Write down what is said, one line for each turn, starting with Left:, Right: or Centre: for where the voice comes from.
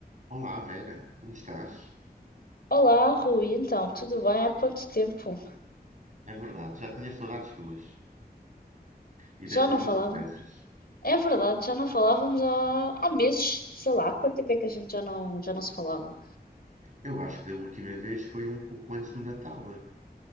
Right: Olá, Vera, como estás?
Left: Olá, Rui, então, tudo bem? Há quanto tempo?
Right: É verdade, já tinha saudades tuas e das
Left: Já
Right: nossas
Left: não falávamos?
Right: conversas.
Left: É verdade, já não falávamos há, há meses, sei lá, há quanto tempo é que a gente já não, já não se falava?
Right: Eu acho que da última vez foi um pouco antes do Natal.